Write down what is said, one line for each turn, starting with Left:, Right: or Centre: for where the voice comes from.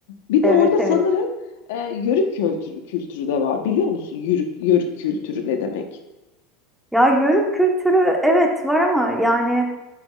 Left: Bir de
Centre: evet.
Left: orada
Centre: Evet.
Left: sanırım e, yörük kültürü, kültürü de var. Biliyor musun yörük, yörük kültürü ne demek?
Centre: Ya yörük kültürü evet var ama yani